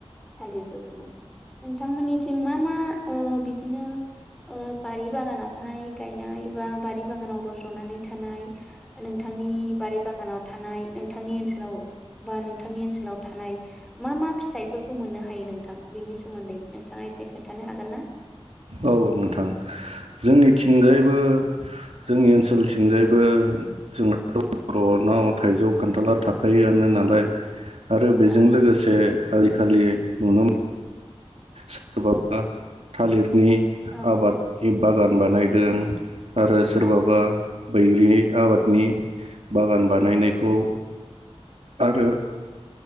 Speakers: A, in the centre; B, on the right.
A: थालिरफोरखौबो नोंथांमोननि थिं मा मा ओ बिदिनो ओ बारि बागानावहाय गायनाय बा बारि बागानाव रज'नानै थानाय नोंथांनि बारि बागानाव थानाय नोंथांनि ओनसोलाव बा नोंथांनि ओनसोलाव थानाय मा मा फिथाइफोरखौ मोननो हायो नोंथां बेनि सोमोन्दैनो थाङा एसे खोन्थानो हागोन ना?
B: औ नोंथां जोंनिथिंजायबो जोंनि ओनसोलथिंजायबो जोंना बर'नाव थाइजौ खान्थाला थाखायोआनो नालाय। आरो बेजों
A: औ
B: लोगोसे आलिखालि नुनो मोन सोरबाबा थालिरनि
A: औ
B: आबाद बागान बानायदों आरो सोरबाबा
A: औ
B: बैग्रि आबादनि बागान बानायनायखौ आरो